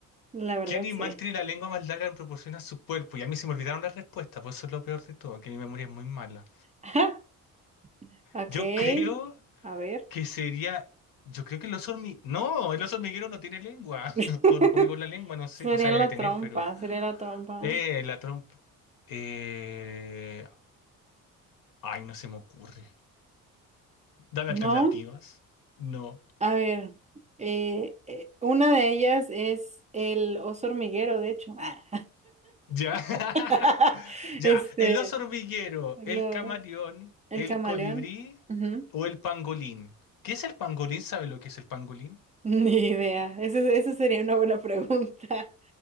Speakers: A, on the right; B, on the left.
A: la verdad
B: ¿Qué animal
A: sí.
B: tiene la lengua más larga en proporción a su cuerpo? Y a mí se me olvidaron las respuestas, Por eso es lo peor de todo, que mi memoria es muy mala.
A: <laughs> Ok,
B: Yo creo
A: a ver.
B: que sería. Yo creo que el oso hormiguero. No, el oso hormiguero no tiene lengua.
A: <laughs>
B: <laughs> O no come con la lengua, no sé.
A: Sería
B: O sea, debe
A: la
B: tener,
A: trompa,
B: pero.
A: sería la trompa.
B: Eh, la trompa. Eh... Ay, no se me ocurre. Dame
A: ¿No?
B: alternativas. No.
A: A ver, eh, eh, una de ellas es el oso hormiguero, de hecho. Ah.
B: Ya. <laughs>
A: <laughs>
B: Ya,
A: Este,
B: el oso hormiguero,
A: lo-
B: el camaleón,
A: el
B: el
A: camaleón.
B: colibrí
A: Ujú.
B: o el pangolín. ¿Qué es el pangolín? ¿Sabe lo que es el pangolín?
A: <laughs> Ni idea. Eso, eso sería una buena pregunta.